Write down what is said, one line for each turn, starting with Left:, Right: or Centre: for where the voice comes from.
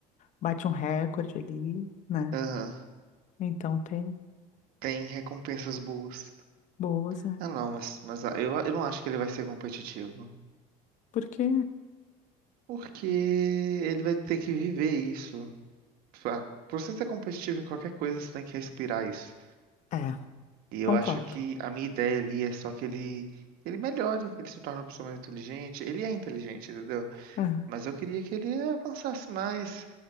Left: bate um recorde ali, né?
Right: Aham,
Left: Então tem
Right: tem recompensas boas.
Left: boas, né?
Right: Ah, não, mas, mas ah, eu, eu não acho que ele vai ser competitivo.
Left: Porque,
Right: Porque ele vai ter que viver isso. Pra pra você ser competitivo em qualquer coisa, você tem que respirar isso.
Left: é,
Right: E eu
Left: concordo.
Right: acho que a minha ideia ali é só que ele, ele melhore, ele se torne uma pessoa mais inteligente. Ele é inteligente, entendeu?
Left: Aham,
Right: Mas eu queria que ele avançasse mais,